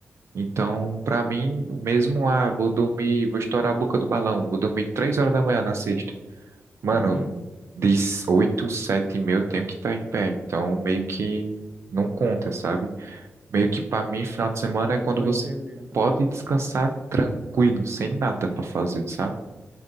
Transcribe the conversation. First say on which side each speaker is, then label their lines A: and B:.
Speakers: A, on the right; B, on the right.
A: Então, pra mim, mesmo, ah, vou dormir, vou estourar a boca do balão, vou dormir três horas da manhã na sexta. Mano,
B: Uhum.
A: de oito, sete e meia eu tenho que estar em pé, então meio que não conta, sabe? Meio que pra mim, final de semana é quando
B: Tô
A: você
B: entendendo.
A: pode descansar tranquilo, sem nada pra fazer, sabe?